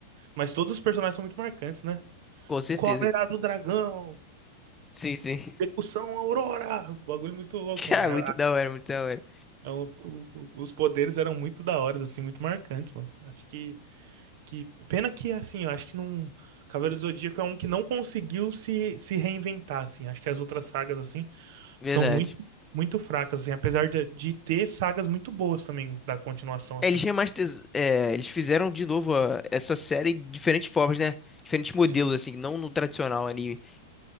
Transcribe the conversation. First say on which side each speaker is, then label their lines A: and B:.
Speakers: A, on the right; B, on the left.
A: Mas todos os personagens são muito marcantes, né?
B: Com certeza.
A: Cólera do dragão,
B: Sim, sim.
A: percussão
B: <laughs>
A: Aurora. Bagulho muito louco,
B: Cara,
A: mano. É-
B: muito da hora, muito da hora.
A: é um- o- o- os poderes eram muito da hora, assim, muito marcantes, mano. Acho que. Que pena que assim, eu acho que não Cavaleiro do Zodíaco é um que não conseguiu se, se reinventar assim. Acho que as outras sagas assim
B: Verdade.
A: são muito muito fracas assim, apesar de, de ter sagas muito boas também da continuação assim.
B: É, Eles remasteriz... é, eles fizeram de novo a- essa série de diferentes formas, né? Diferentes modelos,
A: Sim.
B: assim, não no tradicional anime.